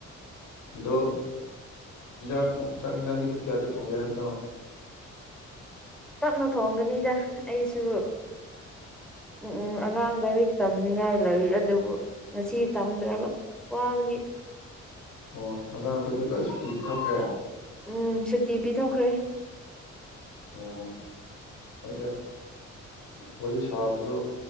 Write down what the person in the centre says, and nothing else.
ꯇꯞꯅ ꯊꯣꯡꯒꯅꯤꯗ ꯑꯩꯁꯨ ꯎꯝ ꯎꯝ ꯑꯉꯥꯡ ꯂꯥꯏꯔꯤꯛ ꯇꯝꯅꯤꯡꯉꯥꯏ ꯂꯩ ꯑꯗꯨꯕꯨ ꯉꯁꯤ ꯇꯝꯗ꯭ꯔꯕ ꯋꯥꯕꯒꯤ
ꯎꯝ ꯁꯨꯇꯤ ꯄꯤꯊꯣꯛꯈ꯭ꯔꯦ